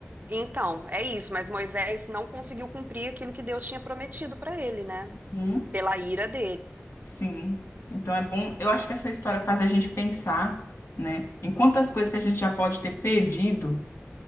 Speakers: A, on the right (about 40°); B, on the left (about 70°).
A: Então, é isso, mas Moisés não conseguiu cumprir aquilo que Deus tinha prometido para ele, né?
B: Hum,
A: Pela ira dele.
B: sim. Então é bom, eu acho que essa história faz a gente pensar, né, em quantas coisas que a gente já pode ter perdido